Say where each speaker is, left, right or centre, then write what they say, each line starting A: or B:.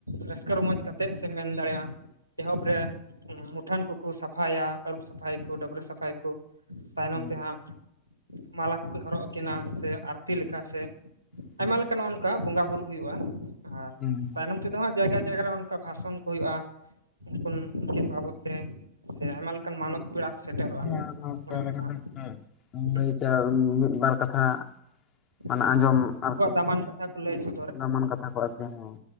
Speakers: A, on the right; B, on the left.
A: ᱨᱟᱹᱥᱠᱟᱹ ᱨᱚᱢᱚᱡᱽ ᱠᱟᱛᱮᱫ ᱥᱮ ᱢᱮᱱ ᱫᱟᱲᱮᱭᱟ ᱮᱦᱚᱵ ᱨᱮ ᱢᱩᱴᱷᱟᱹᱱ ᱠᱩᱠᱩ ᱥᱟᱯᱷᱟᱭᱟ ᱟᱹᱨᱩᱵ ᱥᱟᱯᱷᱟᱭ ᱠᱩ ᱰᱟᱹᱵᱽᱨᱟᱹ ᱥᱟᱯᱷᱟᱭ ᱠᱩ ᱛᱟᱭᱱᱚᱢ
B: ᱦᱩᱸ
A: ᱛᱮ ᱦᱟᱸᱜ ᱢᱟᱞᱟ ᱠᱩᱠᱚ ᱦᱚᱨᱚᱜ ᱟᱹᱠᱤᱱᱟ ᱥᱮ ᱟᱨᱛᱤ ᱥᱮ
B: ᱦᱩᱸ
A: ᱟᱭᱢᱟ ᱞᱮᱠᱟ ᱱᱚᱜ ᱚᱱᱠᱟ ᱵᱚᱸᱜᱟ ᱵᱳᱩᱨᱩᱳ ᱦᱩᱭᱩᱜᱼᱟ ᱟᱨ
B: ᱦᱩᱸ
A: ᱛᱟᱭᱚᱢ ᱛᱮᱫᱚ ᱦᱟᱸᱜ ᱡᱟᱭᱜᱟ ᱡᱟᱭᱜᱟ ᱨᱮ ᱚᱱᱠᱟ ᱵᱷᱟᱥᱚᱱ ᱠᱚ ᱦᱩᱭᱩᱜᱼᱟ <unintelligible> ᱩᱱᱠᱤᱱ ᱵᱟᱵᱚᱛ ᱛᱮ ᱥᱮ ᱟᱭᱢᱟ ᱞᱮᱠᱟᱱ ᱢᱟᱱᱚᱛ ᱯᱮᱲᱟ ᱠᱚ ᱥᱮᱴᱮᱨᱚᱜᱼᱟ
B: <unintelligible>
A: ᱚᱱᱮ
B: ᱠᱟᱛᱮ
A: ᱚᱱᱠᱟ
B: ᱜᱮ
A: ᱦᱮᱸ
B: ᱞᱟᱹᱭ ᱪᱟᱞ ᱢᱤᱫᱵᱟᱨ ᱠᱟᱛᱷᱟ ᱢᱟᱱᱮ
A: ᱦᱮᱸ
B: ᱟᱸᱡᱚᱢ ᱟᱨᱠᱤ
A: ᱟᱠᱚᱣᱟᱜ ᱫᱟᱢᱟᱱ ᱠᱟᱛᱷᱟ ᱠᱚ ᱞᱟᱹᱭ ᱥᱚᱼᱼ
B: ᱫᱟᱢᱟᱱ ᱠᱟᱛᱷᱟ ᱠᱚ ᱟᱨᱠᱤ ᱦᱮᱸ